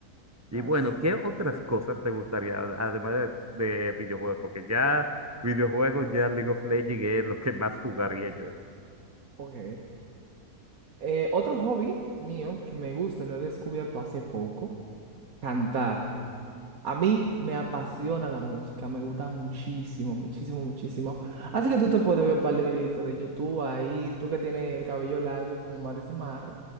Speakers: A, on the right; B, on the right.
A: Y
B: Ay,
A: bueno,
B: sí.
A: ¿qué otras cosas te gustaría, además de, de videojuegos? Porque ya videojuegos, ya League of Legends es lo que más jugaría yo.
B: Ok. Eh, otro hobby mío que me gusta, lo he descubierto hace poco, Cantar. A mí me apasiona la música, me gusta muchísimo, muchísimo, muchísimo. Así que tú te puedes ver un par de videitos de YouTube ahí, tú que tienes el cabello largo como Maris y Mar,